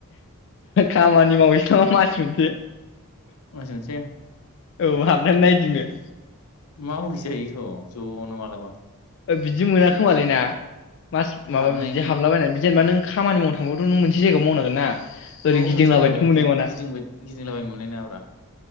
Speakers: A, on the left; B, on the left.
A: खामानि मावैसै थ' मास मोनसे
B: मास मोनसे
A: औ हाबनानै नायदिंनो
B: मावहैजायोथ' जनो मालाबा।
A: बिदि मोना
B: बे
A: खोमालै ना मास माबा
B: हाबनायनि
A: बिदि हाबलाबायनानै जेनेबा नों खामानि मावनो थांबाथ नों मोनसे जायगायाव मावनांगोन ना ओरै
B: औ
A: गिदिंलाबायनोथ'
B: मोनसे जायगायावल
A: मोननाय
B: बिदि
A: नङाना
B: गिदिंबाय गिदिंलाबायनो मोनना नङाब्रा।